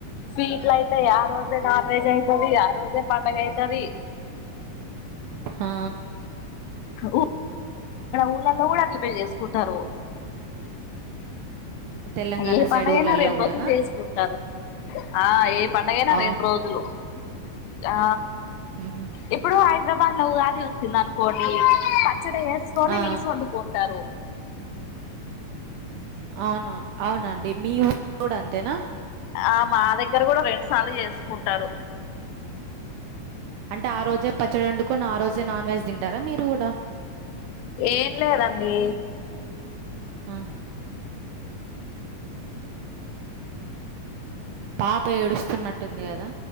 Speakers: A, on the left (about 85°); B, on the right (about 85°).
A: స్వీట్లు అయితాయి ఆ రోజే నాన్ వెజ్ అవుతుంది ోసే పండగైతది
B: ఆ
A: ఊ ఊలలో ఊలు బే చేేసుకుంటారు
B: తెలంగాణ
A: ఏ పడుగైనా
B: సైడ్ ఊర్లలో
A: రెండు
B: కూడానా
A: రోజులు చేసుకుంటారు ఆ ఏ పండగైనా
B: అవును
A: రెండు రోజులు ఆ
B: ఉమ్.
A: ఇప్పుడు ఆ హైదరాబాద్ లో ఉగాది వచ్చింది అనుకోండి పచ్చడి వే తని
B: ఆ,
A: వసు వండుకుంటారు
B: అవును అవునండి మీ ఊరు కూడా అంతేనా
A: ఆ మా దగ్గర కూడా రెండు సార్లు చేసుకుంటారు
B: అంటే ఆ రోజే పచ్చడి వండుకుని ఆ రోజే నాన్ వెజ్ తింటారా మీరు కూడా
A: ఏం లేదండి
B: ఆా పాప ఏడుస్తున్నట్టుంది కదా